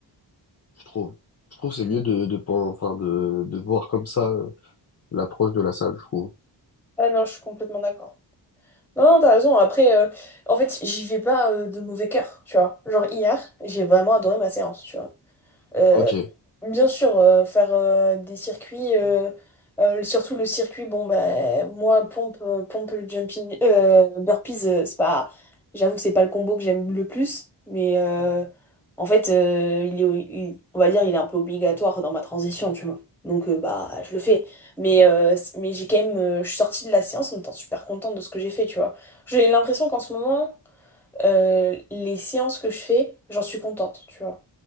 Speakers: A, on the left; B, in the centre.
A: je trouve. Je trouve que c'est mieux de, de, pen- enfin, de, de voir comme ça euh, l'approche de la salle, je trouve.
B: Ah non, je suis complètement d'accord. Non, non, t'as raison. Après, euh, en fait, j'y vais pas euh, de mauvais cœur, tu vois. Genre, hier, j'ai vraiment adoré ma séance, tu vois. Euh,
A: Ok,
B: bien sûr, euh, faire euh, des circuits, euh, euh, surtout le circuit, bon, bah, moi, pompe, euh, pompe jumping, euh, burpees, euh, c'est pas, j'avoue que c'est pas le combo que j'aime le plus, mais euh, en fait, euh, il est, il- on va dire, il est un peu obligatoire dans ma transition, tu vois. Donc, euh, bah, je le fais. Mais, euh, c- mais j'ai quand même, euh, je suis sortie de la séance en étant super contente de ce que j'ai fait, tu vois. J'ai l'impression qu'en ce moment, euh, les séances que je fais, j'en suis contente, tu vois.